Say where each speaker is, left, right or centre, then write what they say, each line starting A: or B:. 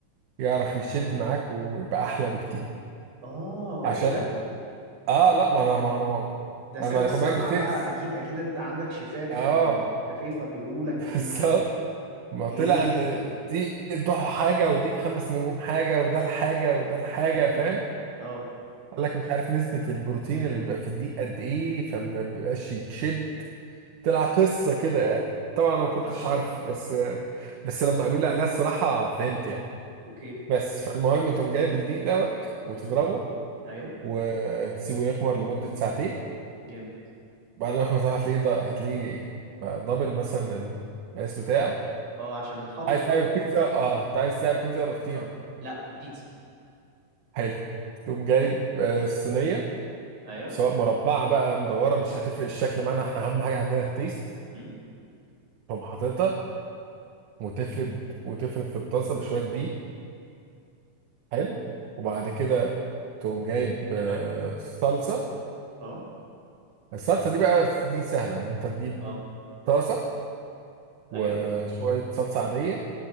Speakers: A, on the right; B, on the right.
A: يعرف يشد معاك ويبقى احلى بكتير
B: اه
A: عشان
B: ايه ده
A: اه لا ما
B: ده
A: انا
B: جامد
A: ما
B: ده
A: انا
B: ده سر
A: اما
B: الصنعة
A: خد بالك دي تيبس
B: بقى اكيد اكيد انت عندك شيفات
A: اه
B: في ال- في الكافيه فبيقولوا
A: <laughs>
B: لك
A: بالظبط
B: تجيب ايه اوكي
A: ما طلع ان دي ضحى حاجه ودي خمس نجوم حاجه وده الحاجه وده الحاجه
B: امم
A: فاهم
B: اه
A: قال لك مش عارف نسبه البروتين اللي بيبقى في الدقيق قد ايه فما بيبقاش يتشد طلع قصه كده يعني طبعا انا
B: طب
A: ما كنتش
B: ده حوار
A: عارف بس بس لما قالوا لي عليها الصراحه فهمت يعني
B: اوكي
A: بس فالمهم تقوم جايب الدقيق دوت وتضربه
B: امم ايوه
A: وتسيبه يخمر لمدة ساعتين
B: جامد
A: بعد ما يخمر ساعة هتلاقيه ض- هتلاقيه بقى دبل مثلا المقاس بتاعه
B: اه عشان اتخمر
A: عايز
B: بقى
A: تعمل بيتزا اه انت عايز تعمل بيتزا ولا فطير
B: اه لا بيتزا
A: حلو تقوم جايب آه، الصينية
B: ايوه
A: سواء مربعة بقى مدورة مش هتفرق الشكل معانا احنا أهم حاجة عندنا التيست
B: امم
A: تقوم حاططها وتفرد وتفرد في الطاسة بشوية دقيق حلو وبعد كده تقوم جايب
B: تمام
A: آه، صلصة
B: اه
A: الصلصة دي بقى دي سهلة إن أنت بتجيب
B: اه
A: طاسة وشوية
B: ايوه
A: صلصة عادية